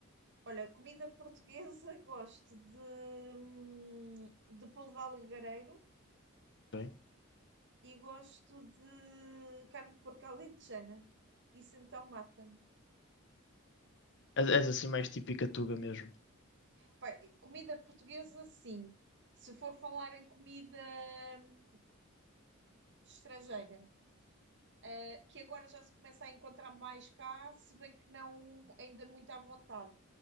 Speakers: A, on the right; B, on the left.
A: Olha, comida portuguesa, gosto de, hum, de polvo alagareiro
B: bem?
A: e gosto de carne de porco alentejana. Isso então mata-me.
B: é és assim mais
A: E,
B: típica tuga mesmo,
A: pá, e comida portuguesa, sim. Se for falar em comida hum, estrangeira, Uh, que agora já se começa a encontrar mais cá, se bem que não ainda muito à vontade.